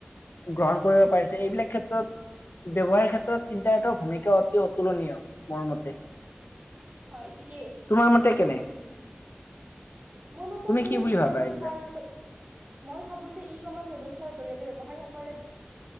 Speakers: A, on the left; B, on the right.
A: গ্ৰহণ কৰিব পাৰিছে এইবিলাক ক্ষেত ব্যৱহাৰৰ ক্ষেত্ৰত ইণ্টাৰনেটৰ ভূমিকা অতি অতুলনীয় মোৰ মতে।
B: হয় ঠিকেই কৈছা।
A: তোমাৰ মতে কেনে
B: মোৰ মতে তুমি
A: কি বুলি
B: যি
A: ভাবা
B: হয় মই
A: এইবিলাক
B: তাৰ লগত মই ভাবো যে ই কমাৰ্চ ৱেস্থা জৰিয়তে ব্যৱসায়ীসকলে,